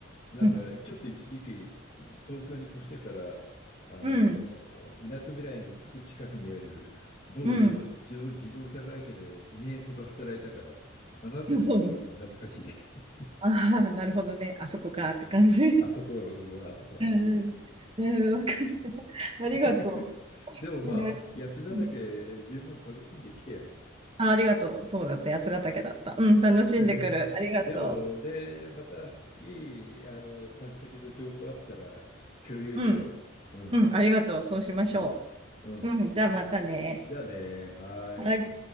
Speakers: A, on the left; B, on the right.
A: なんか、
B: <laughs>
A: ちょっと一時期、東京に越してから、あの、
B: うんうん。
A: みなとみらいのすぐ近くにある某自動、
B: うん。
A: 自動、自動車会社で2年ほど働いたから、あの辺りも結構懐かしい。
B: そうだね。
A: <laughs>
B: ああ、なるほどね。あそこかって感じ。
A: あそこ、うんあそこ、あそこ。
B: うんうん。うん、わかった。ありがと
A: <laughs> でもまあ、
B: う。いいね
A: 八ヶ岳十分楽しんできてよ。
B: うん。あ、ありがとう。そうだった。八ヶ岳だった。うん、楽しんでくる。
A: <laughs>
B: ありがと
A: でも、で、またいい、あの、旅先の情報あったら共有しよう。
B: う。うん、
A: うん、
B: うん、ありがとう。そうしましょ
A: うん、うん。
B: う。うん、じゃあまたね。
A: じゃあね、はーい。
B: はい。